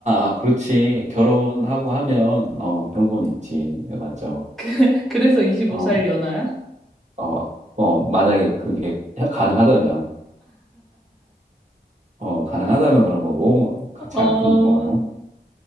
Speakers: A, on the right; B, in the centre.
A: 아, 그렇지. 결혼하고 하면, 어, 그런 건 있지. 예, 맞아. 어,
B: <laughs> 그래서 25살
A: 어,
B: 연하야?
A: 아, 어, 만약에 그게 가능하다면, 어, 가능하다면 그런 거고, 그렇지
B: 어,
A: 않고는 뭐,